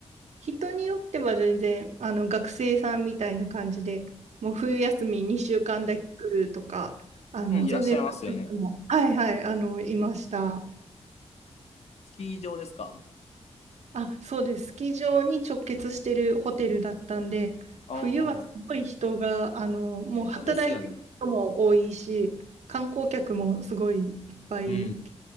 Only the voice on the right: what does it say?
人によっては全然、あの、学生さんみたいな感じで、もう冬休み2週間だけ来るとか、あの、
全然そういう人も、はいはい、あの、いました。
あ、そうです。スキー場に直結してるホテルだったんで、
冬はすごい人が、あの、もう働いてる人も多いし、
観光客もすごいいっぱい来る